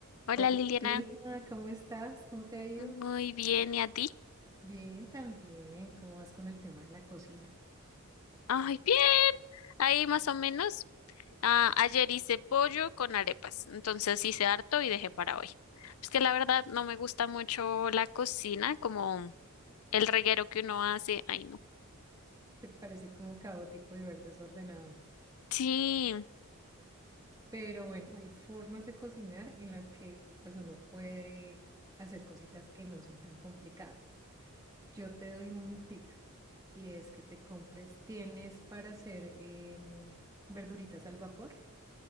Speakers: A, on the left; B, on the right.
A: Hola
B: Buenos
A: Liliana,
B: días, ¿cómo estás? ¿Cómo te ha ido?
A: muy bien, ¿y a ti?
B: Bien, también. ¿Cómo vas con el tema de la cocina?
A: Ay, bien, ahí más o menos. Ah, ayer hice pollo con arepas, entonces hice harto y dejé para hoy. Es que la verdad no me gusta mucho la cocina, como el reguero que uno hace. Ay, no.
B: <laughs> Te parece como caótico y ver desordenado.
A: Sí,
B: Pero bueno, hay formas de cocinar en las que pues uno puede hacer cositas que no son tan complicadas. Yo te doy un tip y es que te compres, tienes para hacer em, verduritas al vapor.